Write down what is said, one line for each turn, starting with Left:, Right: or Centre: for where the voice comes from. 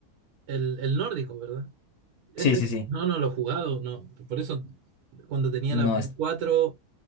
Right: El, el nórdico, ¿verdad? Ese,
Left: Sí, sí, sí.
Right: no, no lo he jugado, no. Por eso, cuando tenía
Left: No,
Right: la Play
Left: es,
Right: cuatro